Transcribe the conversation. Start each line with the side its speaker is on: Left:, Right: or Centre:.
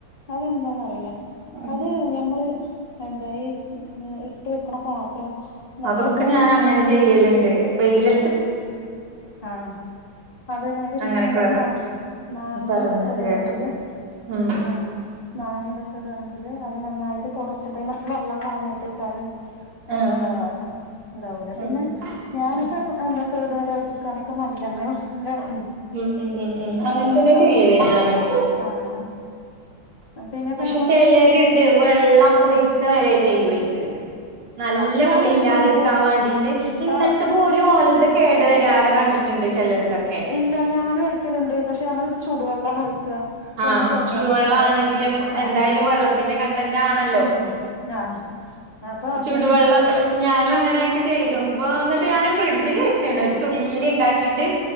Left: അതെന്താന്നറിയില്ല
Right: ഉ
Left: അത് ഞമ്മള് എന്താ ഈ ഇട്ട് വെക്കണ പാത്രം നല്ല
Right: അതൊക്കെ ഞാൻ അങ്ങനെ ചെയ്യലുണ്ട് വെയില
Left: ആഹ <unintelligible> അതേ മാതിരി പിന്നെ
Right: അങ്ങനൊക്കെ
Left: നമ്മള്
Right: പറഞ്ഞ്
Left: മാ മാങ്ങി
Right: പറഞ്ഞത്
Left: ഇതൊക്കെ ഇടേണെങ്കില്
Right: കേട്ടു ഉം
Left: ആ മാങ്ങി ഇതൊക്കെ ഇടണെങ്കില് അ നന്നായി തുടച്ചിട്ടെ <unintelligible> മറ്റ വെള്ളം കളഞ്ഞിട്ടിട്ടാലും എന്തന്നാ
Right: ആഹ്
Left: <unintelligible> എന്താവൂല പിന്നെ
Right: ആഹ്
Left: ഞാനൊക്കെ....
Right: ആഹ്
Left: അഹ് എന്താ കേടു വരാതിരിക്കാനൊക്കെ നല്ലെണ്ണ നല്ല
Right: ഉം ഉ ഉം ഉ അങ്ങൻത്തന്നെ
Left: ഉണ്ടാക്കുമ്പോ
Right: ചെയ്യല് ഞാനും
Left: ആഹ് പിന്നെപ്പ
Right: പക്ഷെ
Left: നമ്മള്
Right: ചിലരുണ്ട്
Left: എടുക്കും
Right: വെള്ളം ഒഴി ക്ക വരെ ചെയ്യും അയ്ക്ക് നല്ല
Left: ആഹ് ഞാൻ
Right: പുളി
Left: ഒഴിക്കലുണ്ട്
Right: ഇല്ലാതിരിക്കാൻ വേണ്ടിട്ട് ഇന്നിട്ട്
Left: ആഹ്
Right: പോലും ഓലത് കേടു വരാതെ കണ്ടിട്ടുണ്ട് ചിലർ തൊക്കെ
Left: ഇല്ല ഞാനും ഒഴിക്കലുണ്ട് പക്ഷെ നമ്മള് ചൂടുവെള്ളമാണ് ഒഴിക്കുക
Right: ആഹ
Left: ഒന്ന് ചെറുതായിട്ട്
Right: ചുടുവെള്ളം
Left: ചൂടാക്കിട്ട്
Right: ആണെങ്കിലും എന്തായാലും
Left: ആഹ്
Right: വെള്ളത്തി കണ്ടൻ്റാണല്ലോ
Left: ഉം ആഹ് അപ്പൊ
Right: ചുടുവെള്ളം
Left: പിന്നെ
Right: ഞാനു ആഹ ഇങ്ങനെയൊക്കെ ചെയ്തപ്പൊ ഇന്നട്ട് ഞാൻ ഫ്രിഡ്ജിൽ വെച്ച്ണ് ഒര് തുള്ളി ഇണ്ടാക്കിട്ട്